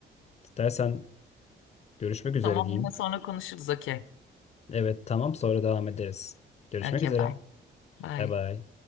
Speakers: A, on the left; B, on the left.
A: istersen görüşmek üzere
B: Tamam
A: diyeyim.
B: yine sonra konuşuruz. Okey.
A: Evet tamam sonra devam ederiz. Görüşmek
B: Okey
A: üzere.
B: bye. Bye.
A: Bay bay.